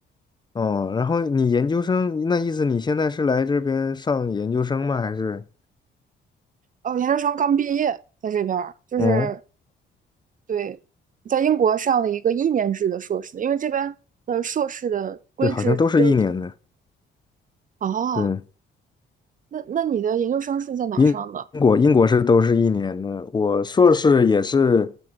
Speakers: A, on the left; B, on the right.
A: 哦，然后你研究生，那意思你现在是来这边上研究生吗？还是？
B: 哦，研究生刚毕业，在这边儿就是
A: 嗯。
B: 对，在英国上了一个一年制的硕士，因为这边的硕士的规制只有一。
A: 对，好像都是一年的。
B: 哦，
A: 对，
B: 那那你的研究生是在哪儿上的？
A: 英国英国是都是一年的。我硕士也是，